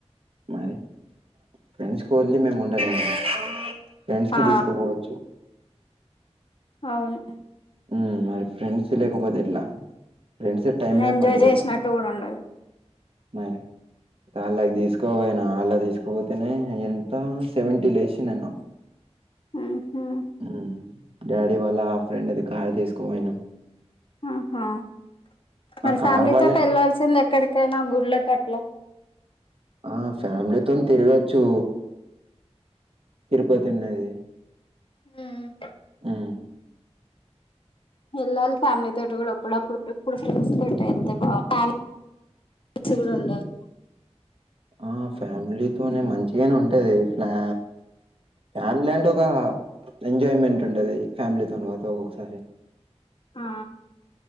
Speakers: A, on the right; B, on the left.
A: మరి ఫ్రెండ్స్‌కి వదిలి మేము ఉండలేము ఫ్రెండ్స్‌కి
B: ఆ
A: తీసుకపోవచ్చు
B: అవును
A: ఉమ్మ్ మరి ఫ్రెండ్స్ లేకపోతే ఎట్లా ఫ్రెండ్సే టైం మీద
B: ఎంజాయ్
A: పనికొసాయ్
B: చేసినట్టు కూడా ఉండదు
A: మరి అళ్లకి తీసుకోపోయినా అళ్లా తీసుకోపోతేనే ఎంత సెవెంటీ లేసినా నాకు
B: ఆహా
A: ఉమ్మ్ డాడీ వాళ్ళ ఫ్రెండ్‌ది కారు తీసుకుపోయినం
B: ఆహా మరి
A: ఆ
B: ఫ్యామిలీ
A: కార్ వాళ్ళే
B: తోటి ఎళ్ళల్సింది ఎక్కడి కైనా గుళ్ళకట్లా
A: ఆ ఫ్యామిలీతోని తిరగచ్చు తిరుపతి ఉన్నది
B: ఉమ్మ్
A: హ్మ్.
B: ఎళ్లాలి ఫ్యామిలీ తోటి కూడా అప్పుడప్పుడు ఎప్పుడు ఫ్రెండ్స్ తోటే ఎళ్తే బా ఫ్యా కూడా ఉండాలి
A: ఆ ఫ్యామిలీతోనే మంచిగానే ఉంటది ఫ్యా ఫ్యామిలీ అంటే ఒక ఎంజాయ్మెంట్ ఉండది ఫ్యామిలీతోన పోతే ఒక్కొక్కసారి
B: ఆ